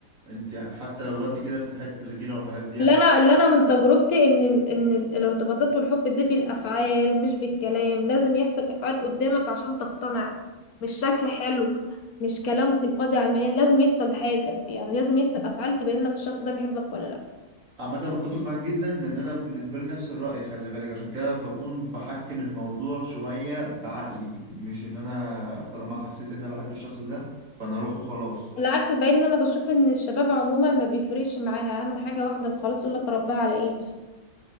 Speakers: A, on the right; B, on the left.
A: أنت حتى لو دلوقتي كده في حتة الغيرة والحاجات ديت
B: اللي انا اللي انا من تجربتي ان ال... ان ال- الارتباطات والحب ده بالافعال مش بالكلام لازم يحصل افعال قدامك عشان تقتنع مش شكل حلو مش كلام تلقائي على المليان لازم يحصل حاجه يعني لازم يحصل افعال تبين لك الشخص ده بيحبك ولا لا
A: عامة متفق معاك جدا لأن أنا بالنسبة لي نفس الرأي خلي بالك عشان كده بكون بحكم الموضوع شوية بعقلي مش إن أنا طالما حسيت إن أنا بحب الشخص ده فأنا أروح وخلاص
B: بالعكس باين ان انا بشوف ان الشباب عموما ما بيفرقش معاها اهم حاجه واحده وخلاص يقول لك ربها على ايدي